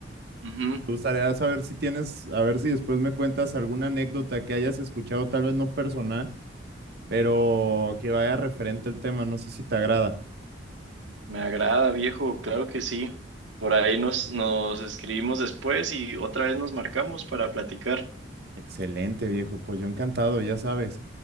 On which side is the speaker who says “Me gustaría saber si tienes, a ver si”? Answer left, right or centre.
Right